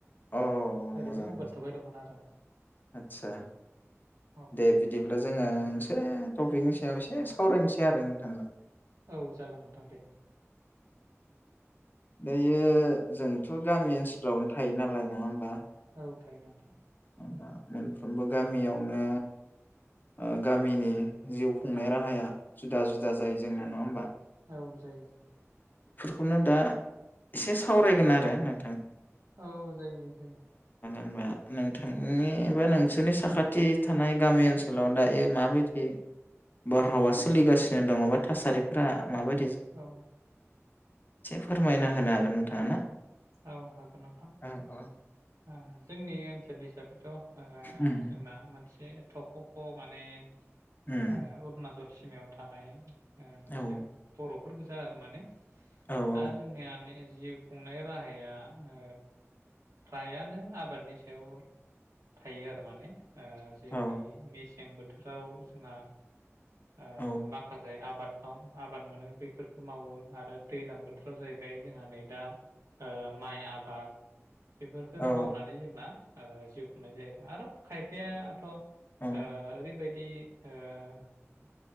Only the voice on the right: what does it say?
ओरैनो
मबाइल
थुबाय दंमोन आरो।
औ
औ जागोन नोंथां दे।
औ थायो नोंथां।
औ जायो जायो।
औ जायो जायो।
औ औ
औ
औ हागोन नोंथां
ओ जोंनि ओनसोल हिसाबै थ' ओ
जोंना मोनसे थख' ख' माने
ओ अरुणाचल सि मायाव थानाय ओ मोनसे
बरफ फोर गोजा आरो माने
दा जोंनिया जिउ खुंनाय राहाया ओ फ्रायानो आबादनि सायाव थायो आरो माने ओ जेरै
मेसें बो थोराव जोंहा ओ
माखासे आबाद आव आबाद मोनो बेफोरखौ मावो आरो दैलां बो थोराव जाहैबाय जोंहा नै दा ओ माइ आबाद बेफोरखौ
मावनानै जोंना जिउ खुंनाय जायो आरो आरो खायफायाथ आ
ओरैबायदि बि